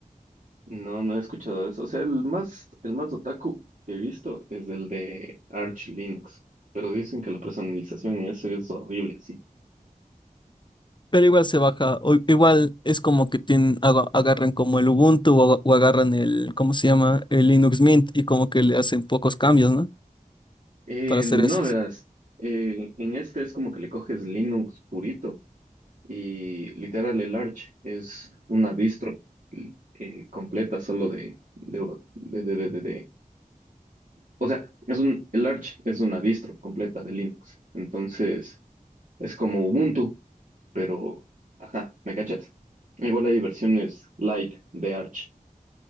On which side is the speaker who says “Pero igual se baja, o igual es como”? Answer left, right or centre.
Left